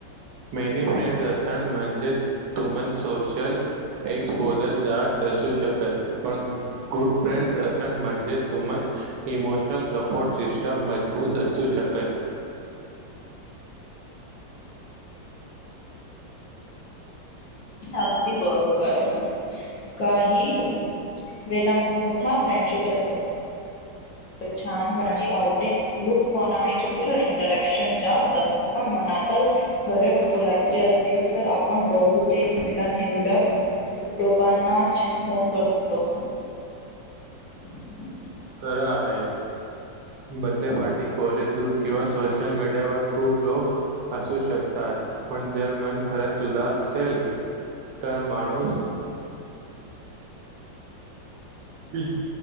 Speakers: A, on the right (about 75°); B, on the left (about 60°).
A: मेनी फ्रेंड् अस सण म्हणजेच तुमण सोशल एक्सपोझर जास्त असू शकत, पण गुड फ्रेंड असन म्हणजे तुमच इमोश तर सपोर्ट सिस्टम मजबूत असू शकत.
B: अगदी बरोंबर. काही वेला मोठा फ्रेंडशिप जन पन छान हो ना वची आउटिंग. ग्रुप फोन आणि सोशल इंटरॅक्शन जास्त असत, पण मनात खरे बोलायचे असेल तर, आपण बहुतेक वेळा निवडक लोकांनाच फोन करतो. <inaudible> <inaudible>
A: खरं आहे. बड्डे पार्टी, कॉलेज ग्रुप किंवा सोशल मीडियावर खूप लोक असू शकतात, पण जर मन खरंच उदास असेल तर माणूस मी